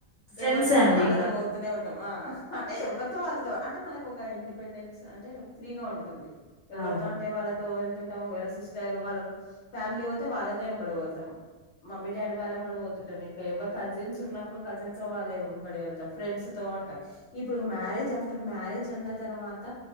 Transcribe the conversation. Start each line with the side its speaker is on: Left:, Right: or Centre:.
Right: ఫ్రెండ్సే
Left: ఎవరితో అంటే
Right: అండి
Left: వాళ్ళతో
Right: ఇంకా.
Left: పోతూనే ఉంటామా అంటే ఎవర్ తో వాళ్ళతో అంటే మనకు ఒక ఇండిపెండెన్స్ అంటే ఫ్రీగా ఉంటుంది ఎవరితో
Right: అవును.
Left: అంటే వాళ్ళ వెళ్తుంటాం ఒకవేళ సిస్టర్ వాళ్ళ ఫ్యామిలీ పోతే వాళ్ళతో ఏంబడిపోతాం మమ్మీ డాడీ వాళ్ళ ఏంబడిపోతుంటాం ఇంకా ఎవరు కజిన్స్ ఉన్నప్పుడు కజిన్స్ వాళ్ళ ఏంబడి వెళ్తాం ఫ్రెండ్స్ తో బాగుంటా ఇప్పుడు ఇగ మ్యారేజ్ ఆఫ్టర్ మ్యారేజ్ అన్న తర్వాత